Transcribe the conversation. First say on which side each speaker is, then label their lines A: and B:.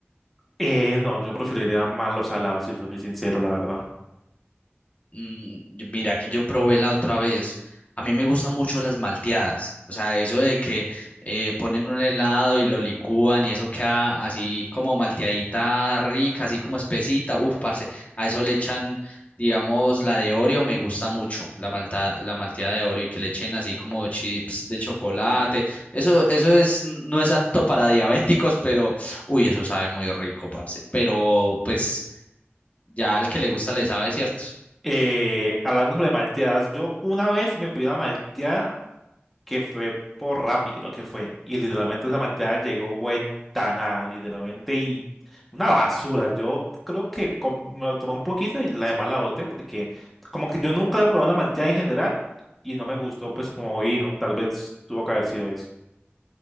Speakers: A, in the centre; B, on the left (about 35°).
A: eh, no, yo preferiría más los salados, si te soy sincero, la verdad.
B: Mm, yo- Mira, que yo probé la otra vez. A mí me gustan mucho las malteadas. O sea, eso de que eh, ponen un helado y lo licúan y eso queda así como malteadita rica, así como espesita. Uf, parce. A eso le echan, digamos, la de Oreo me gusta mucho, la malta, la malteada de Oreo y que le echen así como chips de chocolate. Eso, eso es, no es apto para diabéticos, pero uy, eso sabe muy rico, parce. Pero pues ya al que le gusta le sabe, ¿cierto?
A: Eh, hablando sobre malteadas, yo una vez me pedí una malteada que fue por Rappi, creo que fue. Y literalmente esa malteada llegó vuelta a nada, literalmente, y una basura. Yo creo que com- me lo tomé un poquito y la demás la boté porque como que yo nunca había probado una malteada en general y no me gustó pues como vino. Tal vez tuvo que haber sido eso.